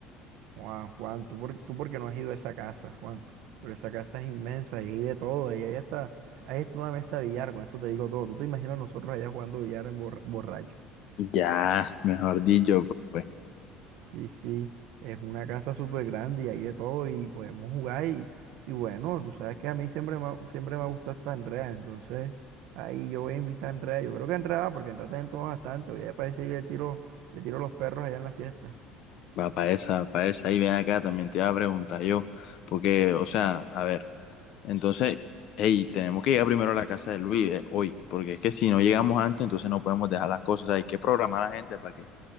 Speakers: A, on the right; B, on the left.
A: Juan, Juan, tú, por- tú porque no has ido a esa casa, Juan. Pero esa casa es inmensa y hay de todo. Y ahí está, ahí está una mesa de billar, con eso te digo todo. Tú te imaginas nosotros allá jugando billar en borra- borracho.
B: Ya, mejor dicho, pues,
A: Sí, sí, es una casa súper grande y hay de todo y podemos jugar y, y bueno, tú sabes que a mí siempre me, ha- siempre me ha gustado esta Andrea, entonces ahí yo voy a invitar a Andrea, yo creo que Andrea va porque Andrea también toma bastante, voy a ir para ese y le tiro, le tiro los perros allá en la fiesta.
B: va para esa, para esa. Ahí ven acá, también te iba a preguntar yo, porque, o sea, a ver. Entonces, hey, tenemos que llegar primero a la casa de Luis eh, hoy, porque es que si no llegamos antes, entonces no podemos dejar las cosas. O sea, hay que programar a la gente para que